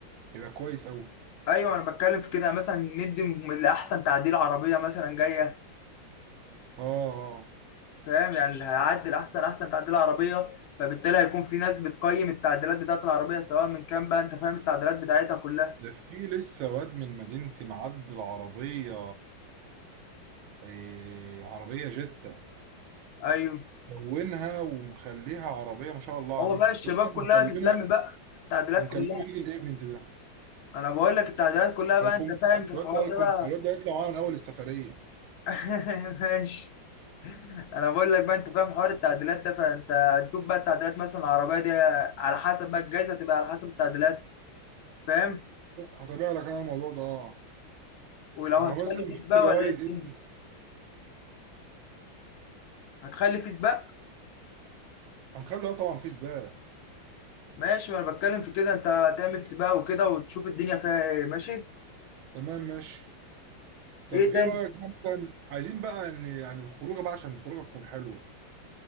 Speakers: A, on the right; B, on the left.
A: هيبقى كويس قوي
B: ايوه انا بتكلم في كده مثلا ندي لاحسن تعديل عربيه مثلا جايه
A: اه اه
B: فاهم يعني اللي هيعدل احسن احسن تعديل عربيه فبالتالي هيكون في ناس بتقيم التعديلات بتاعت العربيه سواء من كام بقى انت فاهم التعديلات بتاعتها كلها
A: ده في لسه واد من مدينتي معدل عربية إيه عربية جتة
B: ايوه
A: لونها ومخليها عربية ما شاء الله
B: هو
A: عليه
B: بقى الشباب
A: الواد ده بنكلمه
B: كلها تتلم بقى التعديلات
A: هنكلمه
B: كلها
A: يجي الايفنت ده
B: انا بقول لك التعديلات كلها بقى
A: هيكون
B: انت فاهم في
A: الواد
B: الحوار
A: ده هيكون
B: ده بقى
A: الواد ده هيطلع معانا من أول السفرية
B: <laughs> ماشي انا بقول لك بقى انت فاهم حوار التعديلات ده فانت هتشوف بقى التعديلات مثلا العربيه دي على حسب بقى الجائزه هتبقى على حسب التعديلات فاهم
A: هتابع لك أنا الموضوع ده اه
B: ولو
A: احنا
B: هتخلي
A: مثلا نحط
B: فيس بقى
A: جوائز
B: ولا ايه الدنيا؟
A: ايه
B: هتخلي فيس بقى
A: هنخلي اه طبعا في سباق
B: ماشي وانا بتكلم في كده انت تعمل سباق وكده وتشوف الدنيا فيها ايه ماشي
A: تمام ماشي طب
B: ايه
A: ايه
B: تاني
A: رايك بقى مثلا عايزين بقى ان يعني الخروجه بقى عشان الخروجه تكون حلوه